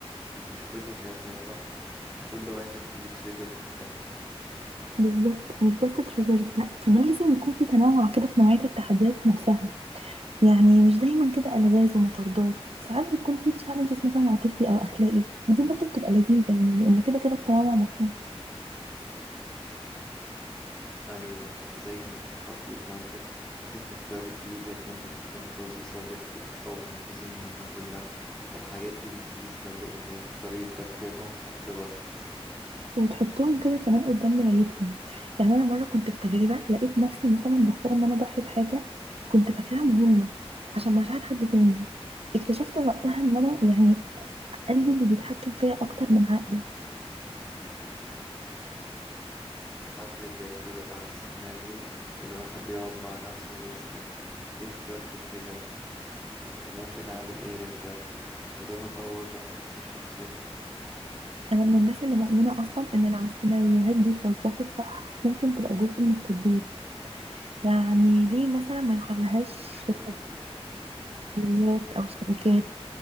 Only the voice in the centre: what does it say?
مش كل الناس زي بعض وكل واحد ليه تريجر مختلف
أيوة زي إنك تتحطي في موقف لازم تختاري فيه بين إنك تنقذي صديقتك أو تنقذي المهمة كلها الحاجات دي بتقيس مبدأ الناس وطريقة تفكيرهم تحت ضغط
ده في حد ذاته ده بعد السيناريو الواحد بيقعد مع نفسه ويسأل ليه اخترت كده كنت ممكن أعمل إيه غير ده وده تطور رهيب في الشخصية
تخلف
اللي احنا فيه ده